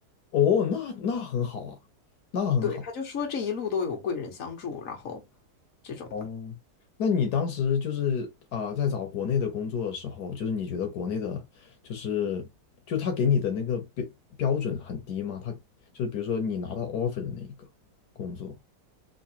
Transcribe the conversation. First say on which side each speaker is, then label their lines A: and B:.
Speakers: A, on the left; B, on the left.
A: 哦，那那很好啊，那很好。
B: 对，他就说这一路都有贵人相助，然后这种的。
A: 哦，那你当时就是啊、在找国内的工作的时候，就是你觉得国内的，就是就他给你的那个标标准很低吗？他就是比如说你拿到 offer 的那一个工作，